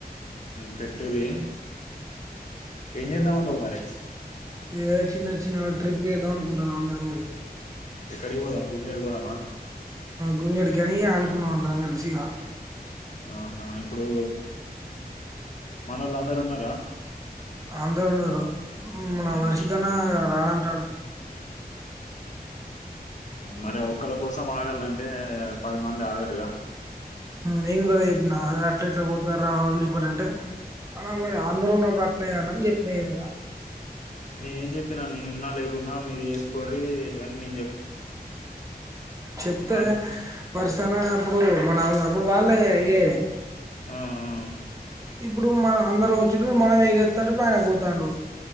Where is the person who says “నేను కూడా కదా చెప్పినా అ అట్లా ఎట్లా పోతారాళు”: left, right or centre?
Right